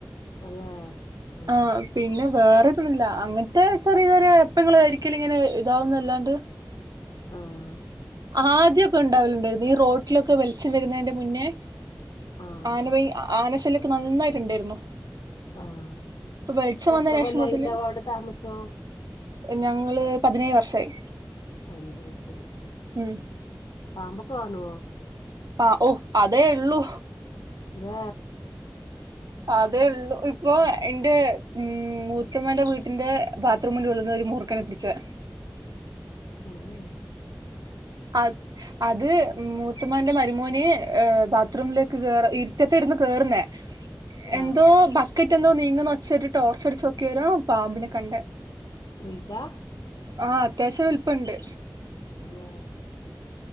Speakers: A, on the left; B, on the right.
A: അതെ ആഹ്
B: ആ പിന്നെ വേറെതൊന്നും ല്ല അങ്ങനത്തെ ചെറിയ ചെറിയ എപ്പഴെങ്കിലും ഒരിക്കല് ഇങ്ങനെ ഇതാവുന്നല്ലാണ്ട്
A: ആഹ്
B: ആദ്യക്കെ ഉണ്ടാവലുണ്ടായിരുന്നു ഈ റോട്ടിലൊക്കെ വെളിച്ചം വരുന്നതിന്റെ മുന്നേ
A: ആഹ്
B: ആന ആനശല്യം ഒക്കെ നന്നായിട്ടുണ്ടായിരുന്നു
A: ആഹ്
B: ഇപ്പൊ വെളിച്ചം
A: ഇപ്പ
B: വന്നതിന്
A: എത്ര
B: ശേഷം
A: കൊല്ലായിണ്ടാവോ
B: മുതല്
A: അവിടെ താമസോ
B: ഞങ്ങള് പതിനേഴ് വർഷായി
A: പതിനേഴ് വർഷംല്ലേ
B: ഉം
A: പാമ്പൊക്കെ കാണുവോ
B: ആ ഓ അതേ ഉള്ളൂ
A: അതെ
B: അതേ ഒള്ളു ഇപ്പൊ ഇന്റെ ഉം മൂത്തമ്മാന്റെ വീട്ടിന്റെ ബാത്റൂമിന്റെ ഉള്ളുന്ന് ഒരു മൂർഖനെ പിടിച്ച്
A: മ്മേഹ്
B: അത് അത് മൂത്തമാന്റെ മരുമോന് ബാത്റൂമിലേക്ക് കേറ ഇരുട്ടത്തെരുന്ന് കേറുന്നേ എന്തോ
A: ആഹ്
B: ബക്കറ്റ് എന്തോ നീങ്ങുന്ന ഒച്ചേ ട്ട് ടോർച്ച് അടിച്ച് നോക്കി നേരോ പാമ്പിനെ കണ്ട്‌
A: വൽതാ
B: ആഹ് അത്യാവശ്യം വലിപ്പണ്ട്
A: അതെ